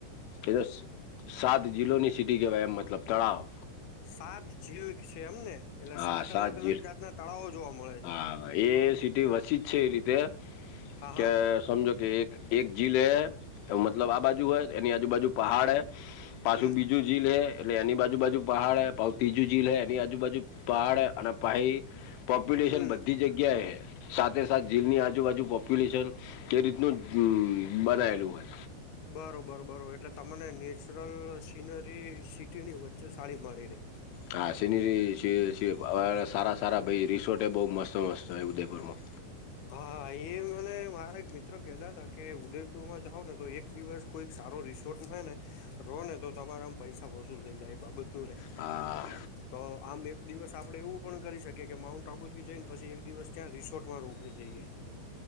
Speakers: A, on the left (about 85°); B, on the left (about 70°).
A: એ તો સાત જિલ્લોની સિટી કેવાય એમ મતલબ તળાવ.
B: સાત ઝીલ છે એમને એટલે
A: હા
B: સાત અલગ અલગ
A: જી
B: જાતના તળાવ જોવા મળે છે.
A: હા એ સિટી વચીજ છે એ રીતે
B: હા
A: કે
B: હા
A: સમજો કે એક. એક જીલ હે મતલબ આ બાજુ હોય એની આજુબાજુ પહાડ હે પાછું
B: હમ
A: બીજું. જીલ હે એટલે એની બાજુ બાજુ પહાડ હે પ ત્રીજું જીલ હૈ એની આજુબાજુ. પાહાડ અને પાહી. પોપ્યુલેશન
B: હમ
A: બધી જગ્યાએ હે સાથે સાથે જીલની આજુબાજુ પોપ્યુલેશન. એ રીતનું બનાયેલું હોય.
B: બરોબર બરોબર એટલે તમને નેચરલ સીનરી સિટીની વચ્ચે સારી મળી રહે.
A: હા સિનરી સી સી અ સારા સારા ભઈ રિસોર્ટ બહુ મસ્ત મસ્ત હે ઉદયપુરમાં.
B: હા હા એ મને મારા એક મિત્ર કેતા હતા કે ઉદયપુર માં જાવ ને તો એક દિવસ. કોઈક સારો રિસોર્ટમાં હોય ને રહો ને તો તમારા આમ પૈસા વસૂલ થઈ જાય એ બાબત નું રે.
A: હા.
B: તો આમ એક દિવસ આપડે એવું પણ કરી શકીએ કે માઉન્ટ આબુ થી જઈને પછી એક દિવસ ત્યાં રિસોર્ટ માં રો. હોઈ જઈએ.